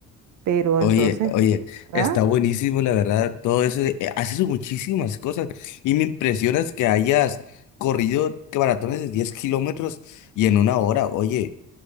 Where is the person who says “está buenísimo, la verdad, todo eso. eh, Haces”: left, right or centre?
Left